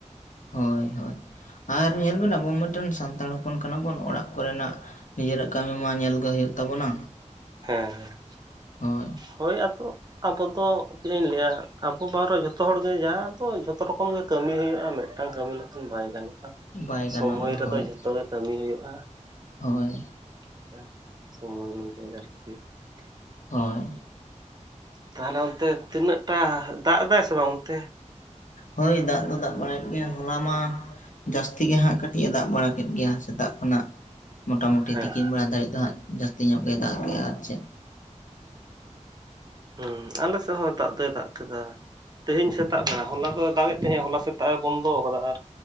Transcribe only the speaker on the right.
ᱦᱮᱸ ᱦᱮᱸ
ᱦᱳᱭ ᱟᱫᱚ ᱟᱵᱚ ᱫᱚ ᱪᱮᱫ ᱤᱧ ᱞᱟᱹᱭᱟ, ᱟᱵᱚ ᱵᱟᱨᱮᱦᱚ ᱡᱷᱚᱛᱚ ᱦᱚᱲᱜᱮ ᱡᱟᱦᱟᱸ ᱫᱚ ᱡᱷᱚᱛᱚ ᱨᱚᱠᱚᱢ ᱜᱮ ᱠᱟᱹᱢᱤ ᱦᱩᱭᱩᱜ-ᱟ, ᱢᱤᱫᱴᱟᱝ ᱢᱤᱫᱴᱟᱝ ᱠᱟᱹᱢᱤ ᱞᱮᱠᱷᱟᱱ ᱵᱟᱭ ᱜᱟᱱᱚᱜ-ᱟ᱾
ᱥᱚᱢᱚᱭ
ᱨᱮᱫᱚ
ᱡᱷᱚᱛᱚ ᱜᱮ ᱠᱟᱹᱢᱤ ᱦᱩᱭᱩᱜ-ᱟ᱾
<unintelligible>
ᱛᱟᱦᱚᱞᱮ ᱚᱱᱛᱮ ᱛᱤᱱᱟᱹᱜ ᱴᱟ ᱫᱟᱜ ᱮᱫᱟᱭ ᱥᱮ ᱵᱟᱝ ᱚᱱᱛᱮ?
ᱦᱮᱸ
ᱦᱩᱸ, ᱟᱞᱮᱥᱮᱫ ᱦᱚᱸ ᱫᱟᱜ ᱫᱚᱭ ᱫᱟᱜ ᱠᱮᱫᱟ᱾ ᱛᱮᱦᱮᱧ ᱥᱮᱛᱟᱜ ᱵᱮᱲᱟ ᱦᱚᱞᱟ ᱫᱚ ᱫᱟᱜ ᱮᱫ ᱛᱟᱦᱮᱡ ᱦᱚᱞᱟ ᱥᱮᱛᱟᱜ ᱮ ᱵᱚᱱᱫᱚ ᱟᱠᱟᱫᱟ, ᱟᱨ